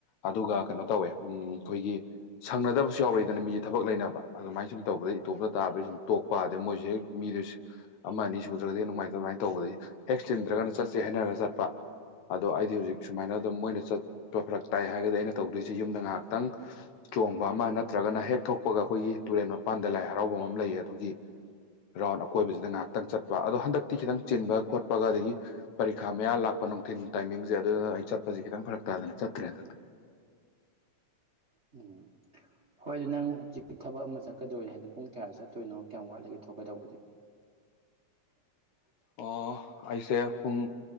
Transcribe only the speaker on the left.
ꯑꯗꯨꯒ ꯀꯩꯅꯣ ꯇꯧꯋꯦ ꯎꯝ ꯈꯣꯏꯒꯤ ꯁꯪꯅꯗꯕꯁꯨ ꯌꯥꯎꯔꯛꯏꯗꯅ ꯃꯤꯁꯦ ꯊꯕꯛ ꯂꯩꯅꯕ ꯑꯗꯨꯃꯥꯏꯅ ꯁꯨꯝ ꯇꯧꯕꯗꯩ ꯏꯇꯣꯝꯇ ꯇꯥꯕꯩ ꯁꯨꯝ ꯇꯣꯛꯄ ꯑꯗꯩ ꯃꯣꯏꯖꯨ ꯍꯦꯛ ꯃꯤꯗꯨ ꯁꯤ ꯑꯃ ꯑꯅꯤ ꯁꯨꯗ꯭ꯔꯒꯗꯤ ꯉꯥꯏꯇꯕ ꯑꯗꯨꯃꯥꯏꯅ ꯇꯧꯕꯗꯗꯒꯤ ꯍꯦꯛ ꯆꯤꯟꯗ꯭ꯔꯒꯅ ꯆꯠꯁꯦ ꯍꯥꯏꯅꯔꯒ ꯆꯠꯄ꯫ ꯑꯗꯣ ꯑꯩꯗꯤ ꯍꯧꯖꯤꯛ ꯁꯨꯃꯥꯏꯅ ꯑꯗꯨꯝ ꯃꯣꯏꯅ ꯆꯠꯄ ꯐꯔꯛ ꯇꯥꯏ ꯍꯥꯏꯔꯒꯗꯤ ꯑꯩꯅ ꯇꯧꯗꯣꯏꯁꯦ ꯌꯨꯝꯗ ꯉꯥꯍꯥꯛ ꯈꯤꯇꯪ ꯆꯣꯡꯕ ꯑꯃ ꯅꯠꯇ꯭ꯔꯒꯅ ꯍꯦꯛ ꯊꯣꯛꯄꯒ ꯑꯈꯣꯏꯒꯤ ꯇꯨꯔꯦꯟ ꯃꯄꯥꯟꯗ ꯂꯥꯏ ꯍꯔꯥꯎꯕꯝ ꯑꯃ ꯂꯩꯌꯦ ꯑꯗꯨꯒꯤ ꯔꯥꯎꯟ ꯑꯀꯣꯏꯕꯁꯤꯗ ꯉꯥꯍꯥꯛꯇꯪ ꯆꯠꯄ ꯑꯗꯣ ꯍꯟꯗꯛꯇꯤ ꯈꯤꯇꯪ ꯆꯤꯟꯕꯒ ꯈꯣꯠꯄꯒ ꯑꯗꯒꯤ ꯄꯔꯤꯈꯥ ꯃꯌꯥ ꯂꯥꯛꯄ ꯅꯨꯡꯊꯤꯟ ꯇꯥꯏꯃꯤꯡꯖꯦ ꯑꯗꯨꯅ ꯑꯩ ꯆꯠꯄꯖꯦ ꯈꯤꯇꯪ ꯐꯔꯛ ꯇꯥꯗꯅ ꯆꯠꯇ꯭ꯔꯦ ꯍꯟꯗꯛꯇꯤ꯫
ꯑꯣ ꯑꯩꯁꯦ ꯄꯨꯡ